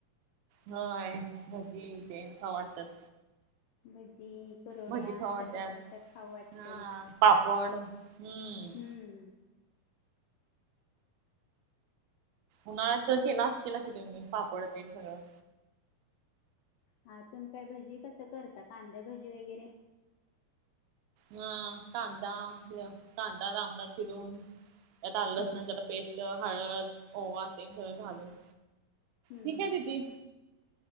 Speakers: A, on the right; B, on the left.
A: होय भजी तेन खाऊ वाटत्यात
B: भजी कुरवड्या
A: भजी खाऊ वाटतात
B: चटकमटक खाऊ वाटतय
A: हा पापड हम्म
B: हम्म
A: उन्हाळ्याच केलं अशीला कि तुम्ही पापड तेन सगळं
B: हा तुम्ही काय भजी कस करतात? कांद्या भजी वगैरे
A: ह कांदा हे कांदा लांबडा चिरून त्यात
B: हम्म.
A: आलं लसणाची जरा पेस्ट हळद ओवा तेन सगळं घालून
B: हम्म
A: ठीक
B: हम्म.
A: आहे दिदी